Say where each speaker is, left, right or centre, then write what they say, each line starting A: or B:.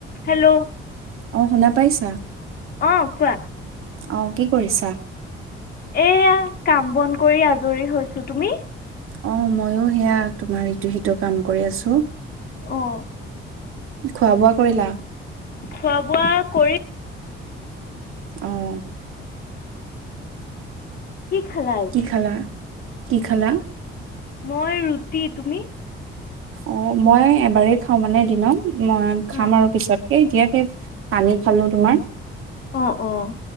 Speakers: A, on the left; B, on the right.
A: Hello.
B: অ শুনা পাইছা।
A: অ', কোৱা।
B: অ', কি কৰিছা।
A: এয়া, কাম-বন কৰি আজৰি হৈছো, তুমি।
B: অ', ম‌য়ো সেয়া, তোমাৰ ইটো-সিটো কাম কৰি আছো।
A: অ'
B: খোৱা-বোৱা কৰিলা?
A: খোৱা-বোৱা কৰি
B: অ'
A: কি খালা আজি?
B: কি খালা কি খালা?
A: মই ৰুটি, তুমি?
B: অ', মই এবাৰেই খাওঁ মানে দিনত মই খাম
A: অঁ
B: আৰু পিছত। এ-এতিয়াকে পানী খালো তোমাৰ
A: অ', অ',